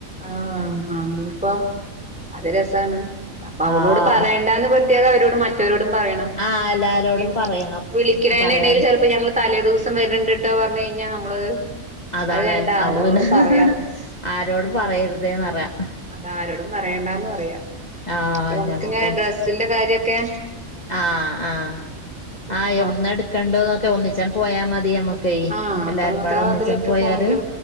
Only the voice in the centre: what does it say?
ആഹ് നമ്മളിപ്പോ അത് രസാണ് അപ്പൊ അവളോട്
പറയേണ്ടാന്ന് പ പ്രതേക അവരോടും മറ്റരോടും പറയണം
ഈ
വിളിക്ക്ണെനിടയില്
ചെലപ്പോ ഞമ്മള് തലേ ദിവസ സം വരണ്ടിട്ടോ പറഞ്ഞു കഴിഞ്ഞാൽ നമ്മള്
അത് വേണ്ട
അത് അവളോട്
പറയാതെ
അത ആരോടും പറയണ്ടാന്ന് പറയാ
അപ്പൊ നമുക്കങ്ങെനെ
ഡ്രസ്സിന്റെ കാര്യൊക്കെ?
അപ്പൊ
ആഹ് അപ്പൊ
നമുക്ക്
അതിലൊക്കെ
ഫോണില്